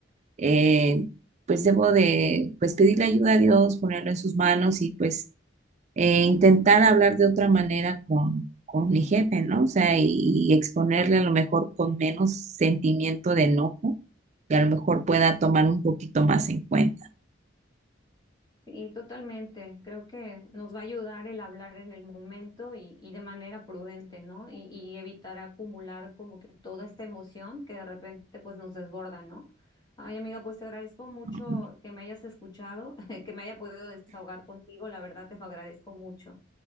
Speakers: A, on the right; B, on the left.
A: eh, pues debo de pues pedirle ayuda a Dios, ponerlo en sus manos y pues eh, intentar hablar de otra manera con, con mi jefe, ¿no? O sea, y, y exponerle a lo mejor con menos sentimiento de enojo y a lo mejor pueda tomar un poquito más en cuenta.
B: Y totalmente, creo que nos va a ayudar el hablar en el momento y, y de manera prudente, ¿no? Y, y evitar acumular como que toda esta emoción que de repente pues nos desborda, ¿no? Ay, amiga, pues te agradezco mucho
A: ¿no?
B: que me hayas escuchado, <laughs> que me haya podido desahogar contigo, la verdad te lo agradezco mucho.